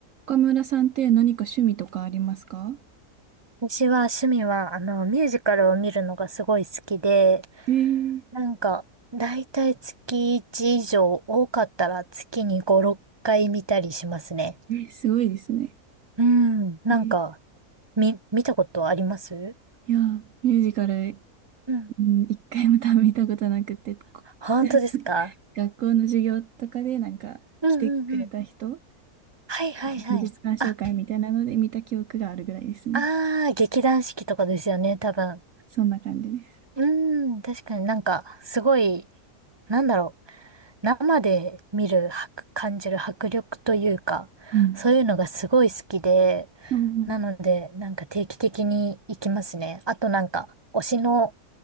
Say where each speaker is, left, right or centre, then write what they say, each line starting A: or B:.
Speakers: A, on the right; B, on the right.
A: 岡村さんって何か趣味とかありますか
B: 私は趣味は、あの、ミュージカルを見るのがすごい好きで、
A: えー
B: なんか、だいたい月1以上、多かったら月に5、6回見たりしますね。
A: え、すごいですね。
B: うん、なんか、
A: えー
B: み、見たことあります
A: いやー、ミュージカル、
B: うん。
A: うん一回も多分見たことなくて、こ
B: 本当ですか
A: <laughs> 学校の授業とかでなんか来てくれた人、
B: うんうんうん。はいはいはい。
A: 技術鑑賞会みたいなので見た記憶があるぐらいですね。
B: あ、あー、劇団四季とかですよね、多分。
A: そんな感じです。
B: うん、確かになんか、すごい、なんだろう。生で見る、迫感じる迫力というか、
A: うん。
B: そういうのがすごい好きで、
A: うん
B: なので、なんか定期的に行きますね。あとなんか、推しの